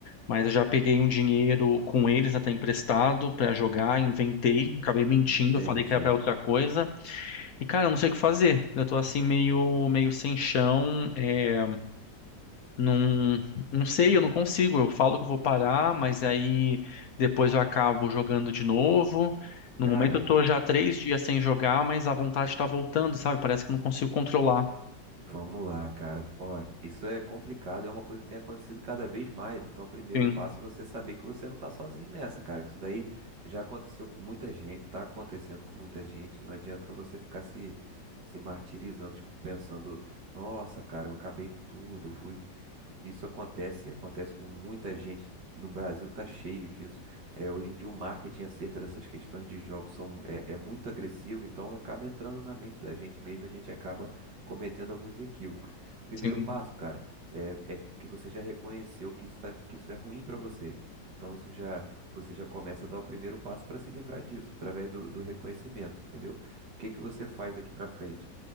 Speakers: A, on the left; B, on the right.
A: mas eu já peguei um dinheiro com eles até emprestado pra jogar, inventei, acabei mentindo,
B: Entendi.
A: falei que era pra outra coisa. E cara, eu não sei o que fazer. Eu tô assim meio, meio sem chão, é, não, não sei, eu não consigo. Eu falo que eu vou parar, mas aí depois eu acabo jogando de novo. No
B: Cara,
A: momento eu tô já três dias sem jogar, mas a vontade tá voltando, sabe? Parece que eu não consigo controlar.
B: vamos lá, cara. Ó, isso é complicado, é uma coisa que tem acontecido cada vez mais. Então, o primeiro
A: Sim,
B: passo é você saber que você não tá sozinho nessa, cara. Que isso daí já aconteceu com muita gente, tá acontecendo com muita gente. Não adianta você ficar se, se martirizando, tipo, pensando, nossa, cara, eu acabei com tudo, eu fui Isso acontece, acontece com muita gente. No Brasil tá cheio disso. É, hoje em dia o marketing acerca dessas questões de jogos são, é, é muito agressivo, então acaba entrando na mente da gente mesmo, e a gente acaba cometendo alguns equívocos. Primeiro
A: sim,
B: passo, cara, é, é que você já reconheceu que isso tá, que isso é ruim para você. Então isso já você já começa a dar o primeiro passo para se livrar disso, através do, do reconhecimento, entendeu? O que que você faz daqui para frente?